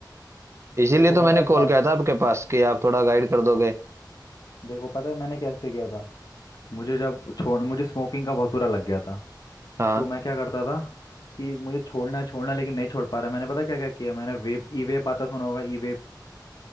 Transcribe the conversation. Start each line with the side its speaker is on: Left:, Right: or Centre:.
Right: इसीलिए
Left: देखो
Right: तो
Left: पता
Right: मैंने
Left: है
Right: कॉल
Left: स्टार्ट
Right: किया था आपके पास कि आप थोड़ा गाइड कर
Left: हाँ
Right: दोगे
Left: देखो पता है मैंने कैसे किया था मुझे जब छोड़ मुझे स्मोकिंग का बहुत बुरा लग गया था
Right: हाँ
Left: तो मैं क्या करता था कि मुझे छोड़ना है छोड़ना है, लेकिन नहीं छोड़ पा रहा मैंने पता क्या क्या किया मैंने वेप ई वेप आता सुना होगा ई वेप